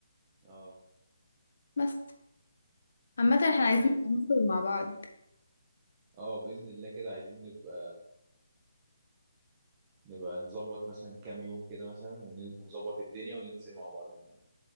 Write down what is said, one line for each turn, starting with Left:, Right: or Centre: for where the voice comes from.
Right: اه
Left: بس عامة احنا عايزين
Right: ايوه
Left: نخرج مع بعض
Right: اه باذن الله كده عايزين نبقى نبقى نظبط مثلا كام يوم كده مثلا ون- ونظبط الدنيا وننزل مع بعضينا يعني